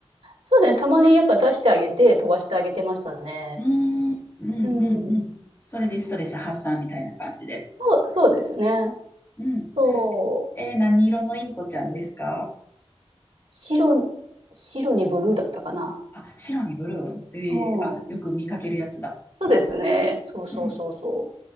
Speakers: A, on the right (about 75°); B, on the left (about 20°).
A: そうですね。たまにやっぱ出してあげて飛ばしてあげてましたね。
B: うーん、うん、うん、
A: うん。
B: うん。それでストレス発散みたいな感じで。
A: そう、そうですね。
B: うん。
A: そう。
B: えー、何色のインコちゃんですか
A: 白、白にブルーだったかな。
B: あ、白にブルー。えー、
A: うん。
B: あ、よく見かけるやつだ。
A: そうですね。そうそうそうそ
B: うん、